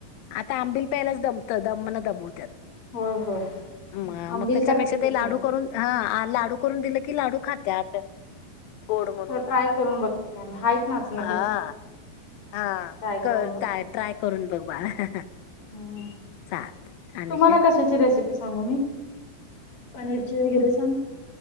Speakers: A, on the left (about 80°); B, on the left (about 40°).
A: आता आंबिल प्यायलाच दमतं दमण दमवत्यात.
B: होय होय
A: म
B: आंबिल
A: मग त्याच्यापेक्षा
B: तर पितच
A: ते लाडू
B: नाहीत
A: करून- हा. लाडू करून दिलं की लाडू खात्यात. गोड म्हणून
B: तर ट्राय करून बघते. कारन हायेत नाचण
A: हा
B: घरी.
A: हा.
B: ट्राय
A: कर
B: करून बघते
A: टय ट्राय करून बघ बाळा.
B: हम्म
A: चालत आणि
B: तुम्हाला
A: काय?
B: कशाची रेसिपी सांगू मी? पनीरची वगैरे सांगा.